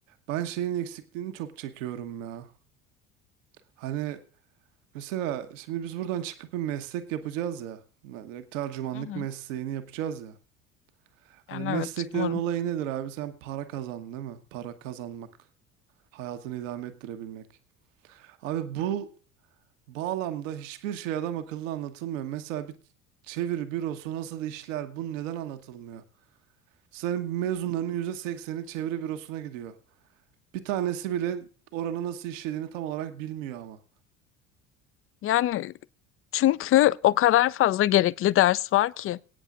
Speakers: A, on the right; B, on the left.
A: ben şeyin eksikliğini çok çekiyorum ya. Hani mesela şimdi biz buradan çıkıp bir meslek yapacağız ya. Yani direkt tercümanlık
B: Hı hı.
A: mesleğini yapacağız ya. Hani
B: Yani
A: mesleklerin
B: evet umarım.
A: olayı nedir abi? Sen para kazan değil mi? Para kazanmak. Hayatını idame ettirebilmek. Abi bu Bağlamda hiçbir şey adam akıllı anlatılmıyor. Mesela bir çeviri bürosu nasıl işler, bu neden anlatılmıyor? Senin mezunlarının yüzde sekseni çeviri bürosuna gidiyor. Bir tanesi bile oranın nasıl işlediğini tam olarak bilmiyor ama.
B: Yani çünkü o kadar fazla gerekli ders var ki.